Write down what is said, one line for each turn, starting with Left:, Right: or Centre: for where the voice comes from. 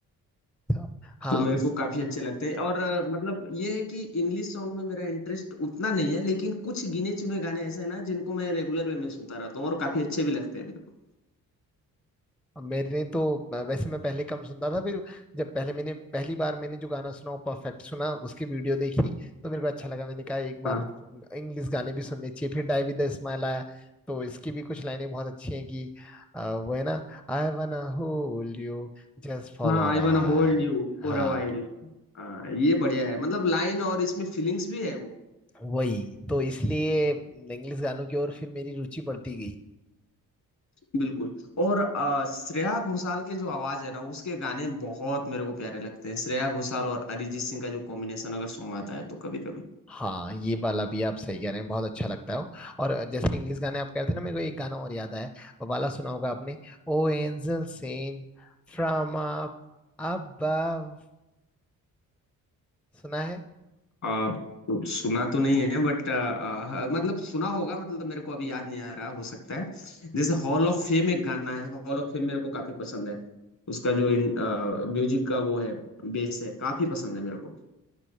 Centre: अच्छा। हाँ
Left: तो मेरे को काफी अच्छे लगते हैं और अ, मतलब ये है कि इंग्लिश सॉन्ग में मेरा इंटरेस्ट उतना नहीं है लेकिन कुछ गिने चुने गाने ऐसे हैं ना जिनको मैं रेगुलर वे में सुनता रहता हूँ और काफी अच्छे भी लगते हैं मेरे को
Centre: अब मेरे तो वैसे मैं पहले कम सुनता था फिर जब पहले मैंने पहली बार मैंने जो गाना सुना वो परफेक्ट सुना उसकी वीडियो देखी तो मेरे को अच्छा लगा मैंने कहा एक बार
Left: हाँ
Centre: इंग्लिश गाने भी सुनने चाहिए फिर डाई विद द स्माइल आया तो इसकी भी कुछ लाइनें बहुत अच्छी हैं कि अ, वो है ना I wanna hold you just follow
Left: हाँ I
Centre: right
Left: wanna hold you for
Centre: हाँ
Left: a while हाँ ये बढ़िया है मतलब लाइन और इसमें फीलिंग्स भी है वो
Centre: वही तो इसलिए इंग्लिश गानों की ओर फिर मेरी रुचि बढ़ती
Left: बिल्कुल और अ, श्रेया घोषाल के जो आवाज है ना उसके गाने बहुत मेरे को प्यारे लगते हैं श्रेया घोषाल और अरिजीत सिंह का जो कॉम्बिनेशन अगर सॉन्ग आता है तो कभी कभी
Centre: हाँ ये वाला भी आप सही कह रहे हैं बहुत अच्छा लगता है वो और जैसे इंग्लिश गाने आप कह रहे थे ना मेरे को एक गाना और याद आया वो वाला सुना होगा आपने O angel sent from up above सुना है
Left: अ, सुना तो नहीं है बट मतलब सुना होगा मतलब मेरे को अभी याद नहीं आ रहा हो सकता है जैसे हॉल ऑफ फेम एक गाना है हॉल ऑफ फेम मेरे को काफी पसंद है उसका जो म्यूजिक का वो है बेस है काफी पसंद है मेरे को